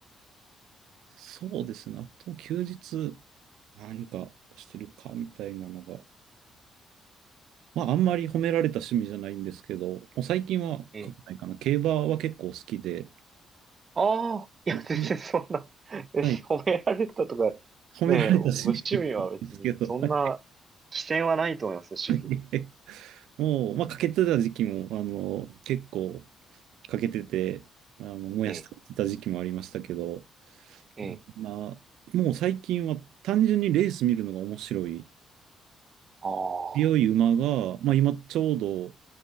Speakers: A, on the right; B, on the right.
A: そうですね。あと休日何かしてるかみたいなのが。まああんまり褒められた趣味じゃないんですけど、もう最近は書けないかな。
B: ええ。
A: 競馬は結構好きで、
B: ああ、いや、全然そんな、
A: 僕
B: <laughs> え褒められたとか、
A: はい、褒められた趣味ではないんですけど、
B: ねえ、ご趣味は別に、そんな、
A: はい。
B: 規制はないと思いますよ、
A: はい
B: 趣味に。
A: もう、まあ、かけてた時期も、あの、結構、かけてて、あの、もやし食べてた時期もありましたけど、
B: ええ、ええ、
A: あまあ、もう最近は単純にレース見るのが面白い。
B: ああ、
A: 強い馬が、まあ今ちょうど、